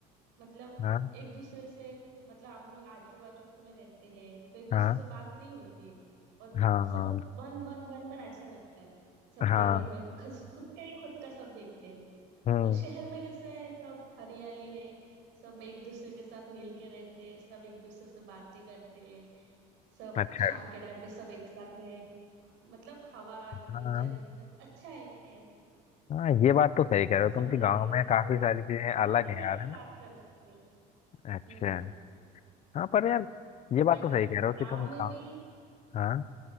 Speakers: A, on the right (about 80°); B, on the left (about 40°).
A: मतलब
B: हाँ
A: एक दूसरे से मतलब हम लोग आजू बाजू में रहते हैं तो एक दूसरे
B: हाँ
A: से बात नहीं होती है और
B: हाँ
A: सब बंद बंद बंद बंद ऐसा लगता है सबके
B: हाँ
A: घर में खस, खुद का ही खुद का सब देखते हैं
B: हम्म
A: तो शहर में कैसा है सब हरियाली है सब एक दूसरे के साथ मिलके रहते हैं सब एक दूसरे से बातें करते हैं सब
B: अच्छा
A: शाम के टाइम पे सब एक साथ में मतलब हवा नेचर
B: हाँ
A: इधर अच्छा है
B: हाँ ये बात तो सही कह रहे हो
A: सब
B: तुम
A: मिलके
B: कि गांव में काफी
A: ग्रुप में
B: सारी चीजें अलग
A: ग्रुप में
B: हैं
A: बैठ
B: यार
A: के
B: है ना
A: बात करते हैं
B: अच्छा
A: हम्म
B: हाँ पर यार ये बात
A: बट
B: तो सही कह रहे हो
A: गांव
B: कि तुम
A: में
B: गाँव
A: भी
B: हाँ